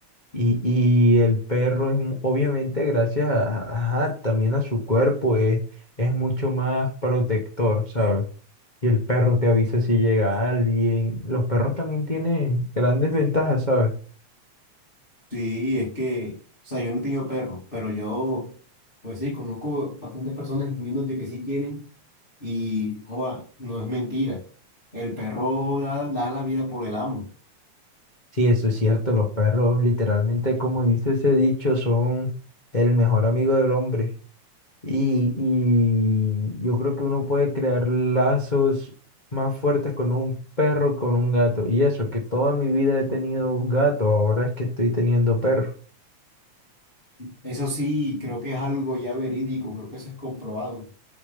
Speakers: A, on the left; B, on the left.
A: Y, y el perro es, mu- obviamente, gracias a, a- ajá, también a su cuerpo, es, es mucho más protector, ¿sabes? Y el perro te avisa si llega alguien. Los perros también tienen grandes ventajas, ¿sabes?
B: Sí, es que, o sea, yo no he tenido perros, pero yo, pues sí, conozco bastantes personas, incluyendo de que sí tienen, y joa, no es mentira. El perro da, da la vida por el amo.
A: Sí, eso es cierto, los perros literalmente, como dice ese dicho, son el mejor amigo del hombre. Y, y yo creo que uno puede crear lazos más fuertes con un perro, con un gato. Y eso, que toda mi vida he tenido un gato, ahora es que estoy teniendo perro.
B: Eso sí, creo que es algo ya verídico, creo que eso es comprobado.